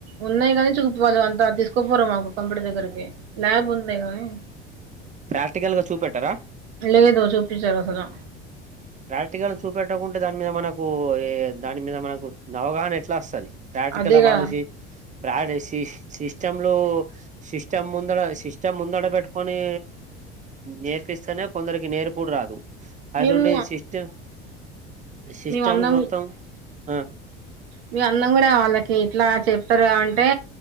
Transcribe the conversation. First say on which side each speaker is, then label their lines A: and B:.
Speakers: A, on the right; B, on the right.
A: ఉన్నాయి కాని చూపిపోవాలి అంత తీసుకోపోరు మాకు కంప్యూటర్ దగ్గరికి ల్యాబ్ ఉంది కానీ
B: ప్రాక్టికల్ గా చూపెట్టారా
A: లేదు చూపించారు అసలు
B: ప్రాక్టికల్ చూపెట్టకుంటే దాని మీద మనకు దాని మీద మనకు ఆవగాహన ఎట్లా వస్తుంది ప్రాక్టికల్
A: అదేగా
B: వాళ్ళజీ ప్రడ సి సిస్టమ్లు సిస్టమ్ ముందరా సిస్టమ్ ముందడ పెట్టుకొని నేర్పిస్తానే కొందరికి నేర్పుడు రాదు అటువంటి
A: నిమ్
B: సిస్టమ్ సిస్టమ్
A: మేము అందం
B: మొత్తం ఆ
A: మీ అందం కూడా వాళ్ళకి ఇట్లా చెప్తారు అంటే